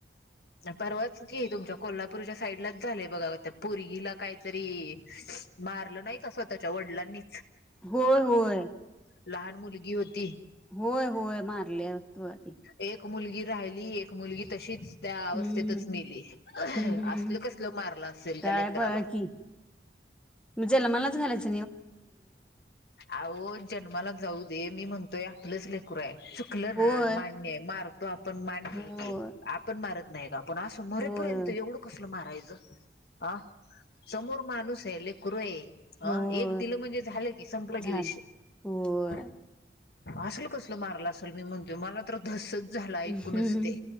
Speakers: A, on the left; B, in the centre.
A: परवात की तुमचं कोल्हापूरच्या साईडलाच झालंय बघा ओ त्या परीगीला काय तरी मारलं नाही का स्वतःच्या वडिलांनी?
B: होय होय
A: लहान मुलगी होती.
B: होय. होय मारलंत होय.
A: एक मुलगी -- राहीली एक मुलगी तशीच त्या अवस्थेतच
B: हम्म
A: मेली अ ह
B: हम्म
A: ह
B: हम्म
A: असलं
B: हम्म
A: कसलं मारलं असेल
B: काय
A: त्या लेकराला?
B: बघा की मग जन्मालाच घालायचं --
A: आहो, जन्मालाच जाऊ ते मी म्हणतोया आपलंस ले -- पुराय चुकलं
B: होय
A: ना मान्यय मार तो आपण मान्यय
B: होय
A: की आपण मारत <unintelligible> पण असं मरे
B: होय
A: पर्यंत एवढं कसलं मारायचं हां समोर माणूस हाय ले करूय आ
B: होय
A: एक दिलं म्हणजे झालं की संपलं की
B: झालं
A: विषय
B: होय
A: असलं कसलं मारलं असलं मी म्ह मला तर धस्स झालं ऐैकूनच
B: हम्म
A: ते